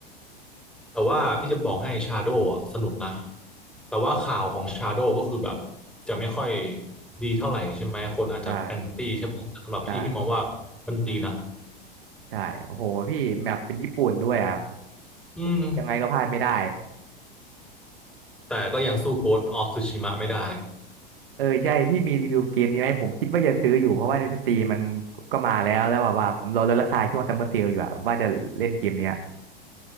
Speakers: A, in the centre; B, on the right (about 65°).
A: แต่ว่าพี่จะบอกให้ Shadow อ่ะสนุกนะแต่ว่าข่าวของ Shadow ก็คือแบบจะไม่ค่อยดีเท่าไหร่ใช่ไหมคนอาจจะแอนตี้ใช่ไหมแต่สำหรับพี่พี่มองว่ามันดีนะ
B: ใช่ใช่ใช่โอ้โหพี่แบบเป็นญี่ปุ่นด้วยอ่ะ
A: อืม
B: ยังไงก็พลาดไม่ได้
A: แต่ก็ยังสู้ Ghost of Tsushima ไม่ได้
B: เออใช่พี่มีรีวิวเกมนี้ไหมผมคิดว่าจะซื้ออยู่เพราะว่าในสตรีมมันก็มาแล้วแล้วแบบว่าผมรอลดราคาช่วงซัมเมอร์เซลอยู่อะว่าจะเล่นเกมเนี้ย